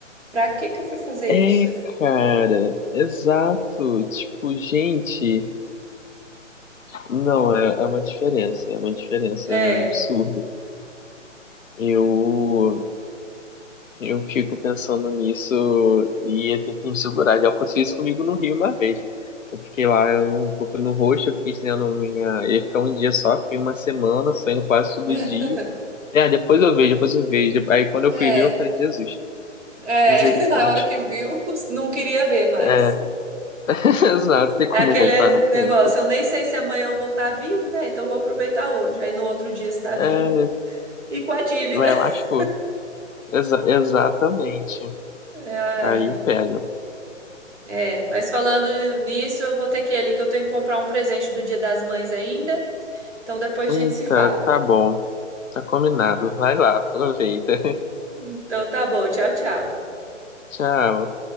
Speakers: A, on the right (about 60°); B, on the left (about 80°).
A: Pra que que eu fui fazer
B: É,
A: isso?
B: cara, exato. Tipo, gente, não, é, é uma diferença, é uma diferença
A: É.
B: absurda. Eu, eu fico pensando nisso e eu tenho que me segurar. Já aconteceu isso comigo no Rio uma vez. Eu fiquei lá um pouco no roxo, eu fiquei estendendo minha. Eu ia ficar um dia só, fiquei uma semana saindo quase todo
A: <laughs>
B: dia. É, depois eu vejo, depois eu vejo. Aí quando eu
A: É,
B: fui ver, eu falei, Jesus,
A: é,
B: misericórdia.
A: <laughs> a hora que viu, não queria ver mais.
B: É, <laughs> exato, tem como
A: É aquele
B: voltar no
A: negócio,
B: tempo.
A: eu nem sei se amanhã eu vou estar vivo, né? Então eu vou aproveitar hoje. Aí no outro dia está vivo,
B: É,
A: E com a dívida.
B: lá eu
A: <laughs>
B: acho. Exa- exatamente.
A: É, Ai,
B: Aí
A: gente.
B: pega.
A: É, mas falando nisso, eu vou ter que ir ali que eu tenho que comprar um presente do Dia das Mães ainda. Então depois
B: Eita,
A: a gente se fala.
B: tá bom. Tá combinado. Vai lá, aproveita. <laughs>
A: Então tá bom, tchau, tchau.
B: Tchau.